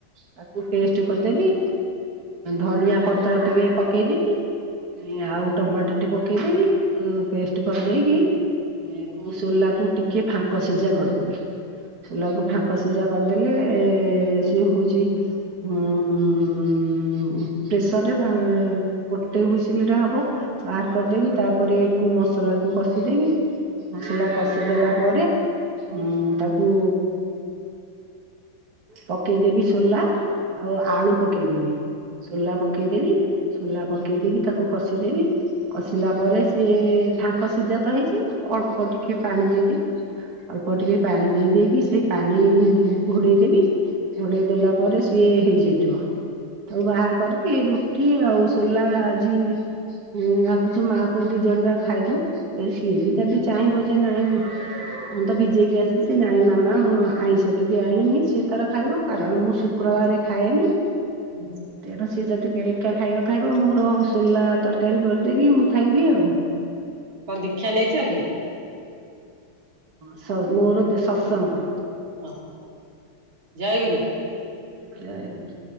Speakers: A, on the right (about 50°); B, on the right (about 80°).
A: ତାକୁ ପେଷ୍ଟ କରିଦେବି ଧନିଆ ପତ୍ର ଟିକେ ପକେଇଦେବି। ଆଉ ଟମାଟୋଟେ ପକେଇଦେବି ତାକୁ ପେଷ୍ଟ କରିଦେଇକି ସୋଲାକୁ ଟିକେ ଫାଙ୍କ ସିଝା କରିଦେବି ସୋଲାକୁ ଫାଙ୍କ ସି ସିଝା କରିଦେଲେ ସିଏ ହଉଛି ହୁଁ ପ୍ରେସରରେ ଭ ଗୋଟେ ହୁଇସିଲ ରେ ହବ ବାହାର କରିଦେଇକି ତାପରେ କୁ ମସଲା କୁ କଷିଦେବି। ମସଲା କଷି ଦେଲା ପରେ ଉଁ ତାକୁ ପକେଇଦେବି ସୋଲା ଆଉ ଆଳୁ ପକେଇବିନି ସୋଲା ପକେଇଦେବି। ସୋଲା ପକେଇ ଦେଇକି ତାକୁ କଷିଦେବି। କଷିଲା ପରେ ସିଏ ଫାଙ୍କ ସିଝା ତ ହେଇଛି ଅଳ୍ପ ଟିକେ ପାଣି ଦେଇକି ଅଳ୍ପ ଟିକେ ପାଣି ଦେଇ ଦେଇେକି ସେ ପାଣି ଘୋଡେ଼ଇ ଦେବୀ ଘୋଡେଇ ଦେଲା ପରେ ସିଏ ହେଇଯାଇଥିବ। ତାକୁ ବାହାର କରିକି ରୁଟି ଆଉ ସୋଲା ଆଜି ହୁଁ ଭାବୁଛି ମାଁ ପୁଅ ଦି ଜଣ ଯାକ ଖାଇଦବୁ। ଏ ସିଏ ବି ଯଦି ଚାହିଁବ ଯେ ନାଇଁ ମୁଁ ତ ଭିଜେଇକି ଆସିଛି ନାଇଁ ମାମା ମୁଁ ଆଇଁଷ ଏବେ ଆଣିକି ସିଏ ତାର ଖାଇବ କାରଣ ମୁଁ ଶୁକ୍ରବାର ଖାଏନି।
B: ହୁଁ ହୁଁ।
A: ତେଣୁ ସିଏ ଯଦି ଏକା ଖାଇବ ଖାଇବ ମୋର ସୋଲା ତରକାରୀ କରିଦେବି ମୁଁ ଖାଇବି ଆଉ।
B: କଣ ଦୀକ୍ଷା ନେଇଛ କି?
A: ହଁ ମୋର ସତ୍ସଙ୍ଗ।
B: ଓହୋ ଜୟଗୁରୁ।
A: ଜୟଗୁରୁ।